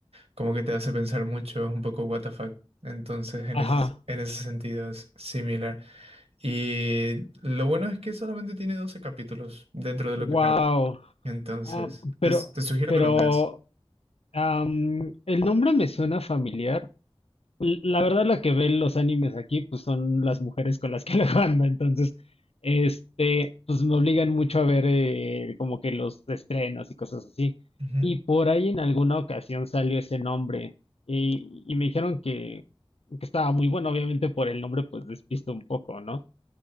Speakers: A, on the right (about 85°); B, on the left (about 85°).
A: como que te hace pensar mucho, es un poco what the fuck. Entonces, en
B: ajá.
A: ese, en ese sentido es similar. Y lo bueno es que solamente tiene 12 capítulos dentro de
B: Wow.
A: lo que cabe. Entonces,
B: Ah, pero,
A: te, te sugiero
B: pero,
A: que lo veas.
B: am, el nombre me suena familiar, L- La verdad, la que ve los animes aquí, pues son las mujeres con las que <laughs> la ando, entonces, este, pues me obligan mucho a ver eh, como que los estrenos y cosas así.
A: Ujú,
B: Y por ahí en alguna ocasión salió ese nombre y, y me dijeron que, que estaba muy bueno, obviamente por el nombre pues despisto un poco, ¿no?